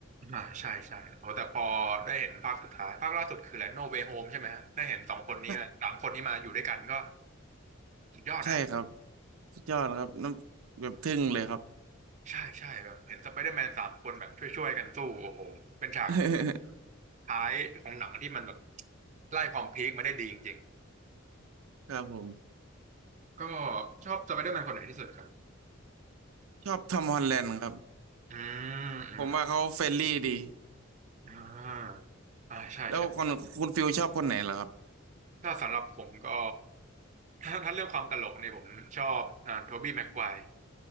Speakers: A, on the right; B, on the right.
A: อ่าใช่ใช่โอ้แต่พอได้เห็นภาคสุดท้ายภาคล่าสุดคืออะไรโนเวโฮมใช่ไหมฮะได้เห็นสองคนนี้มาสามคนนี้มาอยู่ด้วยกันก็
B: น่ะ
A: สุดยอดนะ
B: ใช่ครับสุดยอดครับน้ำแบบทึ่งเลยครับ
A: ใช่ใช่แบบเห็นสไปเดอร์แมนสามคนแบบช่วยๆกันสู้โอ้โหเป็นฉาก
B: <laughs>
A: ท้ายของหนังที่มันแบบไล่ความพีคมาได้ดีจริง
B: ครับผม
A: ๆก็ชอบสไปเดอร์แมนคนไหนที่สุดครับ
B: ชอบทอมฮอลแลนด์ครับ
A: อืมอืม
B: ผมว่าเขาเฟรนลี่ดี
A: อ่าอ่าใช่ใช่
B: แล้วคนคุณฟิลชอบคนไหนเหรอครับ
A: ถ้าสำหรับผมก็ถ้าถ้าเรื่องความตลกเนี่ยผมชอบอ่าโทบี้แม็กไกวร์